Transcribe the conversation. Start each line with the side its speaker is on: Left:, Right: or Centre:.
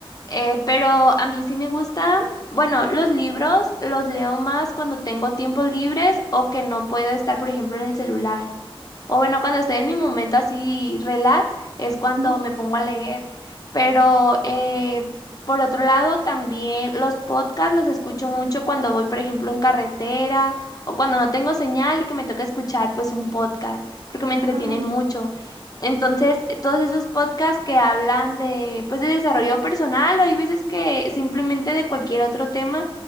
Left: Eh, pero a mí sí me gusta, bueno, los libros los leo más cuando tengo tiempos libres o que no puedo estar, por ejemplo, en el celular. O bueno, cuando estoy en mi momento así relax, es cuando
Right: Ujú.
Left: me pongo a leer. Pero eh, por otro lado, también los podcasts los escucho mucho cuando voy, por ejemplo, en carretera o cuando no tengo señal y que me toca escuchar pues un podcast, porque me
Right: Ah,
Left: entretienen
Right: ok.
Left: mucho. Entonces, todos esos podcasts que hablan de pues de desarrollo personal o hay veces que simplemente de cualquier otro tema,